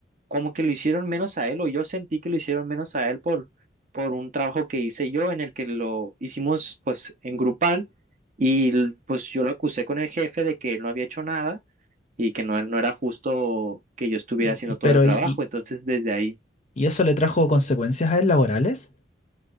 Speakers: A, on the right; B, on the left.
A: como que lo hicieron menos a él o yo sentí que lo hicieron menos a él por por un trabajo que hice yo en el que lo hicimos pues en grupal y l- pues yo lo acusé con el jefe de que él no había hecho nada y que no, e- no era justo que yo estuviera
B: Y-
A: haciendo
B: y- pero,
A: todo el trabajo.
B: ¿y, y-
A: Entonces desde ahí,
B: y eso le trajo consecuencias a él laborales?